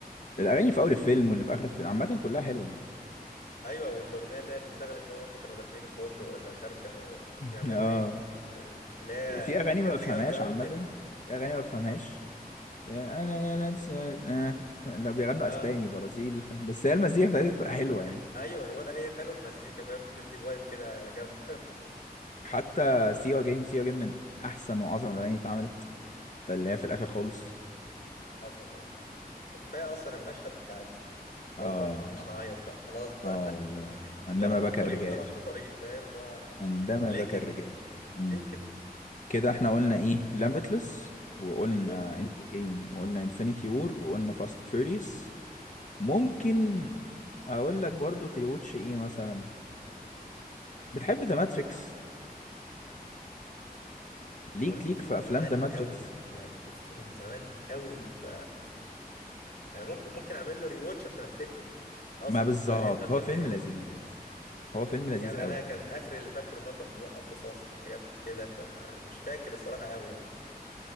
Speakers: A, on the left; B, on the left.
A: الاغاني اللي في اول الفيلم واللي في اخر الفيلم عامه كلها حلوه يعني
B: ايوه والاغنيه اللي هي اللي اشتغلت بقى وهم كانوا داخلين الفندق ولا مش عارف كانوا
A: <laughs>
B: بيعملوا
A: اه
B: ايه آه، اللي هي
A: في اغاني
B: بجد
A: ما بفهمهاش
B: جامده قوي
A: عامه في اغاني ما بفهمهاش انا انا أنا- لسه- آه. لو
B: <laughs>
A: بيغنوا
B: اه
A: اسباني برازيلي فاهم بس هي المزيكا بتاعتها بتبقى حلوه يعني
B: ايوه انا بقول هي الحلوه بمزيكا فاهم بتدي فايب كده جامده
A: حتى سيوا جاين سيوا جاين من احسن واعظم الاغاني اللي اتعملت اللي هي في الاخر خالص
B: <laughs> اه طبعا ده كفايه اصلا المشهد بتاع ال- خلاص
A: اه
B: بقى ما تخليناش نعيط بقى خلاص بقى
A: اه والله
B: <laughs>
A: عندما
B: ده راح
A: بكى
B: في طريقي
A: الرجال
B: وده راح في طريقي فاهم اللي هو
A: عندما
B: ليه
A: بكى
B: كده
A: الرجال امم
B: ليه كده
A: كده احنا قلنا ايه ليميتلس وقلنا
B: ايوه
A: انت جيم وقلنا انفينيتي وور وقلنا فاست فيوريوس ممكن اقول لك برضو تريوتش ايه مثلا بتحب ذا ماتريكس ليك
B: هو انا شفته
A: ليك في
B: من
A: افلام
B: زمان
A: ذا ماتريكس
B: قوي يعني شفته من زمان قوي ف انا ممكن ممكن اعمل له ريواتش عشان افتكره اصلا
A: ما بالظبط
B: فاهم <laughs>
A: هو فيلم لذيذ هو فيلم لذيذ
B: يعني
A: قوي
B: انا كان اخر اللي فاكره ان هو كان بيوقف رصاص وحاجات كده فمش فاكر الصراحه قوي يعني